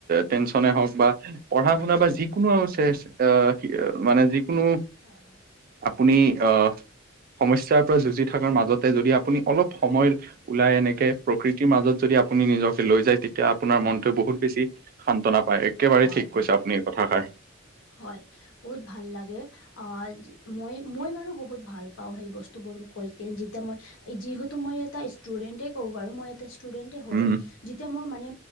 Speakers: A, on the right; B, on the left.
A: টেনচনে হওঁক বা পঢ়া
B: হয়
A: শুনা
B: হয়
A: বা যিকোনো টে অ', কি মানে যিকোনো-
B: হয় হয় হয়
A: আপুনি অ', সমস্যাৰ পৰা যুঁজি থকাৰ মাজতে যদি আপুনি অলপ সময়- ওলাই এনেকে প্ৰকৃতিৰ মাজত যদি আপুনি নিজকে লৈ যায়, তেতিয়া আপোনাৰ
B: হয়
A: মনটো বহুত বেছি- শান্তনা পায়, একেবাৰেই
B: হয়
A: ঠিক
B: হয়
A: কৈছে আপুনি এই কথাষাৰ।
B: হয়, বহুত ভাল লাগে অ'। মই, মই বাৰু বহুত ভাল পাওঁ সেই বস্তু বোৰ, কৈ কিনে যেতিয়া মই- যিহেতু মই এটা ষ্টুডেন্টে কব পাৰোঁ, মই এটা ষ্টুডেন্টে হয়।
A: উম
B: যেতিয়া মোৰ মানে